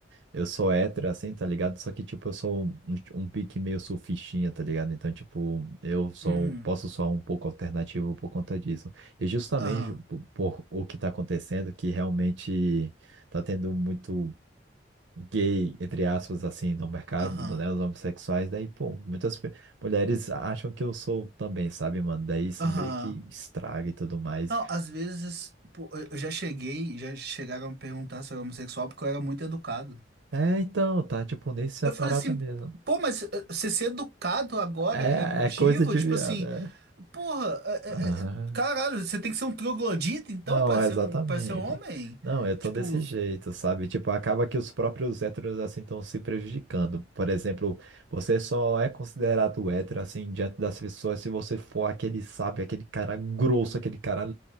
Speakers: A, on the right; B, on the right.
A: Eu sou hétero, assim, tá ligado? Só que, tipo, eu sou um, um pique meio surfistinha, tá ligado? Então, tipo, eu sou,
B: Uhum.
A: posso soar um pouco alternativo por conta disso. E justamente
B: Aham,
A: por, por o que tá acontecendo, que realmente tá tendo muito gay, entre aspas, assim, no mercado,
B: aham,
A: né? Os homossexuais, daí, pô, muitas pe- mulheres acham que eu sou também, sabe, mano? Daí isso
B: aham.
A: meio que estraga e tudo mais.
B: Não, às vezes, pô, eu já cheguei, já chegaram a me perguntar se eu era homossexual porque eu era muito educado.
A: É, então, tá, tipo, nessa
B: Eu
A: parada
B: falei assim,
A: mesmo.
B: pô, mas eh, você ser educado agora
A: É,
B: é motivo?
A: é coisa de
B: Tipo
A: viado,
B: assim,
A: é.
B: porra, eh, eh,
A: Aham.
B: eh, caralho, você tem que ser um troglodita então
A: Não,
B: pra ser
A: exatamente.
B: um para ser homem?
A: Não, eu tô
B: Tipo,
A: desse jeito, sabe? Tipo, acaba que os próprios héteros assim estão se prejudicando. Por exemplo, você só é considerado hétero assim diante das pessoas se você for aquele, sabe, aquele cara grosso, aquele cara